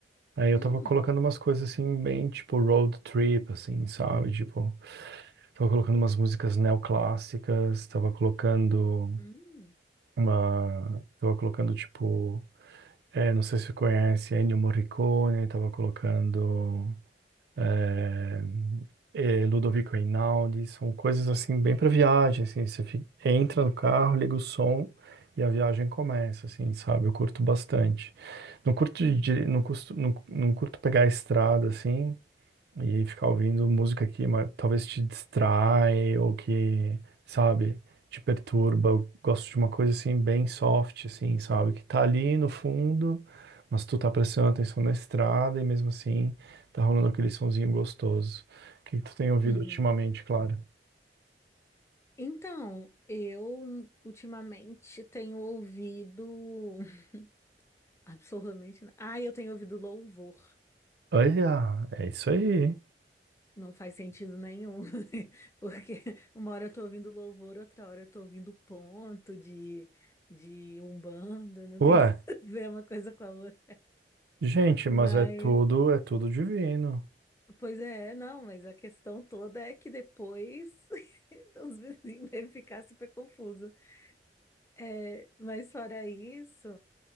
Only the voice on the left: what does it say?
hum,
hum,
uhum,
uhum.
Então, eu ultimamente tenho ouvido <laughs> absolutamente nada. Ah, eu tenho ouvido louvor.
Não faz sentido nenhum, <laughs> porque uma hora eu tô ouvindo louvor, outra hora eu tô ouvindo ponto de, de Umbanda, não
tem <laughs> nada a ver uma coisa com a outra.
Mas
Pois é, não, mas a questão toda é que depois <laughs> os vizinhos devem ficar super confusos. É, mas fora isso,